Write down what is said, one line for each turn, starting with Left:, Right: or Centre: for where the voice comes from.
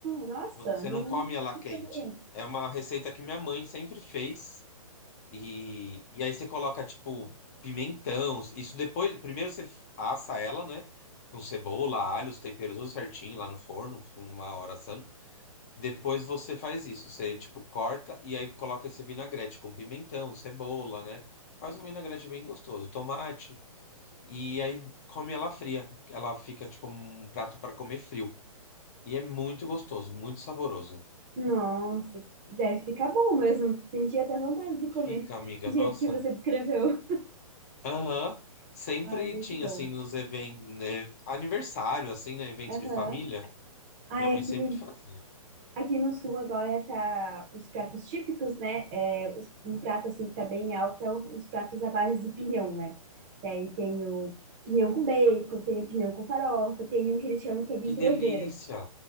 Right: nossa,
Left: Você
Right: não,
Left: não come ela
Right: não
Left: quente.
Right: sabia.
Left: É uma receita que minha mãe sempre fez. E, e aí você coloca, tipo, pimentão. Isso depois. Primeiro você assa ela, né? Com cebola, alho, os temperos tudo certinho lá no forno, com uma hora assando. Depois você faz isso, você tipo corta e aí coloca esse vinagrete com pimentão, cebola, né? Faz um vinagrete bem gostoso, tomate e aí come ela fria. Ela fica tipo um prato para comer frio. E é muito gostoso, muito saboroso.
Right: Nossa, deve ficar bom mesmo. Senti até vontade de comer
Left: Fica, amiga,
Right: do jeito
Left: nossa.
Right: que você descreveu.
Left: Aham. Sempre
Right: Ai, muito
Left: tinha
Right: bom.
Left: assim nos eventos, né? Aniversário assim, né, evento
Right: Aham.
Left: de família,
Right: Ai,
Left: minha mãe
Right: aqui.
Left: sempre fazia.
Right: Aqui no sul agora tá os pratos típicos, né? É, os- um prato assim que tá bem alto é o- os pratos à base de pinhão, né? Que aí tem o pinhão com bacon, tem o pinhão com farofa, tem um que eles chamam que é de
Left: Que
Right: entrevero.
Left: delícia.